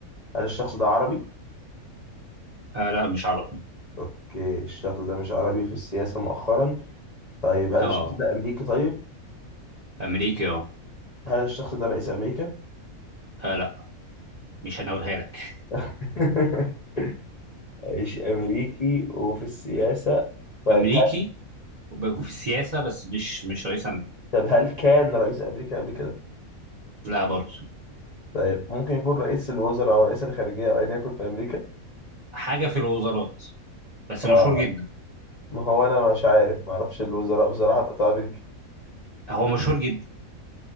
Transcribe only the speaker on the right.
آه لا مش عربي
اه
أمريكي اه
آه، لا مش هنقولها لك
أمريكي
وب- وفي السياسة بس مش مش رئيس أمريكا
لا برضه
حاجة في الوزارات بس
مشهور جدا
هو مشهور جدا